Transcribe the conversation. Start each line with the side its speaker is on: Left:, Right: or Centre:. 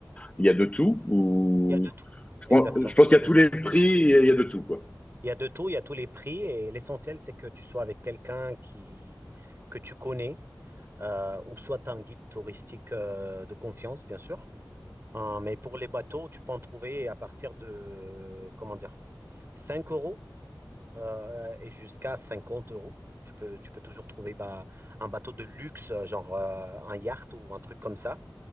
Left: il y a de tout ou
Right: Il y a de tout.
Left: je
Right: Exactement,
Left: pense, je pense
Right: il y
Left: qu'il
Right: a de
Left: y a tous
Right: tout.
Left: les prix, il y a il y a de tout, quoi.
Right: Il y a de tout, il y a tous les prix et l'essentiel, c'est que tu sois avec quelqu'un qui, que tu connais euh, ou soit tu as un guide touristique euh, de confiance, bien sûr. Hein, mais pour les bateaux, tu peux en trouver à partir de, comment dire, 5 euros euh, euh, et jusqu'à 50 euros. Tu peux, tu peux toujours trouver bah, un bateau de luxe, euh, genre euh, un yacht ou un truc comme ça.